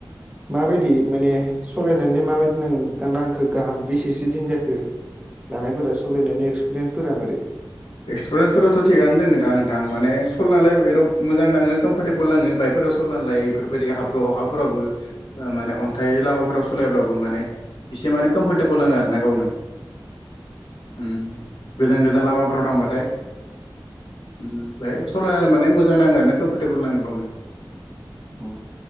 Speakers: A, on the right (about 15°); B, on the left (about 80°).
A: माबायदि माने सालायनानैल माबायदि न नांखो गाहाम बेसेसो दिन जाखो? लानायफोरा सालायनायनि एक्सपिरियेन्सफोरा मारै
B: एक्सपिरियेन्सफोराथ' थिगआनो दङो दा नोंथां माने सल'लायरब मोजां नाङो कम्परटेबोल नाङो बाइकफोरखौ लायो बेफोरबायदि हाब्रु अखाफोरावबो माने अन नाथाय लामाफोराव सलायाब्लाबो माने एसे माने कम्फरटेबोल नाङो आरो ना गावनो। उ गोजान गोजान लामाफोराव थांबाथाय। उ बेहाय सालायनानै माने मोजां नाङो आरो ना कम्फरटेबोल नाङो गावनो।
A: औ।